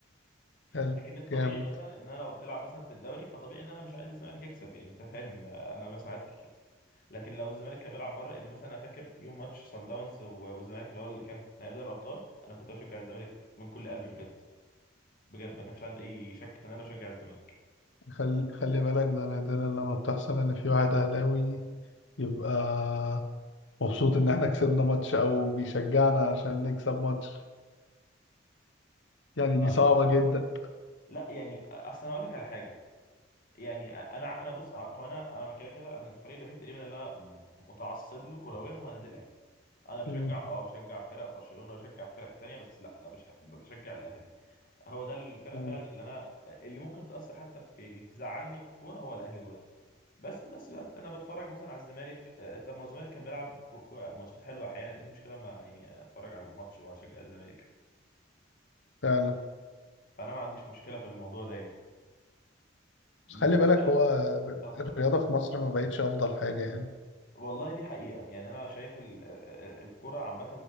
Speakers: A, on the left (about 70°); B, on the left (about 45°).
A: حلو
B: لكن الطبيعي
A: جامد
B: مثلا ان انا لو بتلعب مثلا في الدوري فطبيعي ان انا مش عايز الزمالك يكسب يعني انت فاهم آه، انا مثلا عايز الفريق يكسب لكن لو الزمالك كان بيلعب بره ان مثلا انا فاكر يوم ماتش سان داونز و- والزمالك اللي هو اللي كان نهائي دوري الابطال انا كنت بشجع الزمالك من كل قلبي بجد بجد ما كانش عندي اي شك في ان انا بشجع الزمالك
A: خلي خلي بالك ده نادرا لما بتحصل ان في واحد اهلاوي يبقى مبسوط ان احنا كسبنا ماتش او بيشجعنا عشان نكسب ماتش يعني دي
B: آه،
A: صعبة جدا
B: لا يعني آه، اصل انا هقول لك على حاجه يعني آه، انا انا بص آه، هو انا انا كده كده انا الفريق الوحيد تقريبا اللي انا متعصب له كرويا هو النادي الاهلي انا بشجع
A: مم.
B: اه بشجع فرق برشلونه وبشجع فرق تانية بس لا انا بش- بشجع الاهلي هو ده الفرقه
A: مم.
B: فعلا اللي انا اللي ممكن تاثر حتى في يعني تزعلني في الكوره هو الاهلي برضه بس في نفس الوقت انا بتفرج مثلا على الزمالك آه، طب ما هو الزمالك كان بيلعب كو- كو- ماتشات حلوه احيانا ايه المشكله ما يعني اتفرج على الماتش واشجع الزمالك
A: فعلا
B: فانا ما عنديش مشكله في الموضوع ده يعني م-
A: بس خلي
B: مين
A: بالك
B: بقى؟
A: هو
B: اتفضل
A: الرياضة في مصر ما بقتش افضل حاجة يعني
B: والله دي حقيقة يعني أنا شايف ال- ال- الكرة عامة